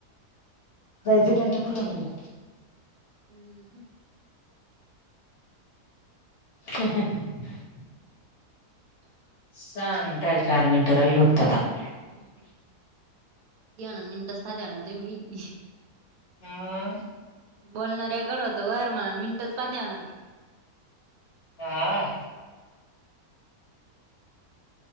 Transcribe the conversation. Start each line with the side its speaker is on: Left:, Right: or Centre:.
Left: जायचे त्यांना फुलबरीला
Right: ह. ह.
Left: ह <unintelligible> सहा मिनिट रा <unintelligible> हि चार मिनटं राहिली बघतात आता
Right: हम्म त म दसपा त मी <unintelligible>
Left: हा.
Right: बोलणारऱ्याकड होत वर म्हणा मिनटच <unintelligible> पाात्या म्हन
Left: आ..